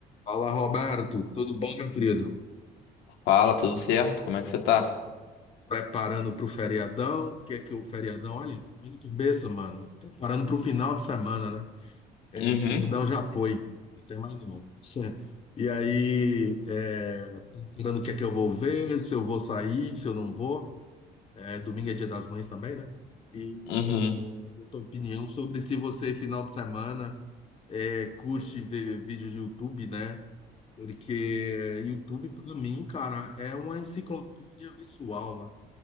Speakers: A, on the left (about 35°); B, on the left (about 80°).
A: Fala, Roberto. Tudo bom, meu querido?
B: Fala, tudo certo? Como é que você tá?
A: Preparando para o feriadão? O que é que o feriadão? Olha, olha que cabeça, mano. Preparando para o final de semana, né? É,
B: Uhum,
A: o feriadão já foi. Não tem mais não. <laughs> E aí, é, preparando o que é que eu vou ver, se eu vou sair, se eu não vou. É, domingo é Dia das Mães também, né? E
B: uhum,
A: a tua opinião sobre se você, final de semana, é, curte ver vídeos de YouTube, né? Porque YouTube, para mim, cara, é uma enciclopédia visual, né?